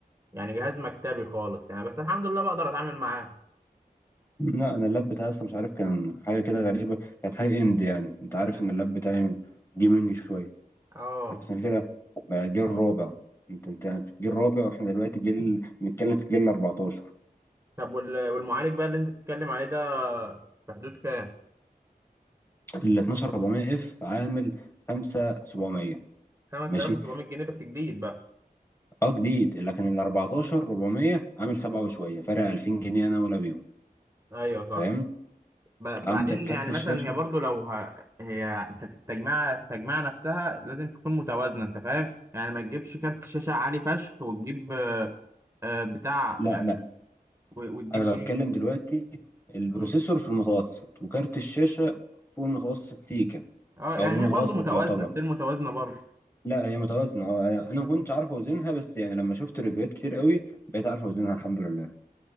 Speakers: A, on the right; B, on the left.
A: يعني جهاز مكتبي خالص يعني بس الحمد لله بقدر اتعامل معاه
B: لا انا اللاب بتاعي اصلا مش عارف كان حاجه كده غريبه كانت هاي اند يعني انت عارف
A: مم.
B: ان اللاب بتاعي جيمنج شويه
A: اه
B: بس أنا كده بقى جيل رابع انت انت جيل رابع واحنا دلوقتي جيل بنتكلم في جيل 14
A: طب وال- والمعالج بقى اللي انت بتتكلم عليه ده في حدود كام
B: ال 12400 اف عامل 5700
A: 5700
B: ماشي
A: جنيه بس جديد بقى
B: اه جديد لكن ال 14400 عامل 7 وشويه فرق 2000 جنيه انا ولا بيهم
A: ايوه صح
B: فاهم
A: ب-
B: عندك
A: بعدين
B: كارت
A: يعني مثلا
B: الشاشه
A: هي برضو لو ه... هي انت في التجميعه التجميعه نفسها لازم تكون متوازنه انت فاهم يعني ما تجيبش كارت شاشه عالي فشخ وتجيب آه، آه، بتاع
B: لا
A: يعني
B: لا
A: ال- و- وتجيب
B: انا
A: ايه
B: بتكلم دلوقتي البروسيسور
A: مم.
B: في المتوسط وكارت الشاشه فوق المتوسط سيكا
A: اه يعني
B: او المتوسط
A: هي برضو متوازنه
B: يعتبر
A: ستيل متوازنه برضو
B: لا هي متوازنه اه انا أنا
A: مم.
B: ما كنتش عارف اوزنها بس يعني لما شفت ريفيوات كتير قوي بقيت عارف اوزنها الحمد لله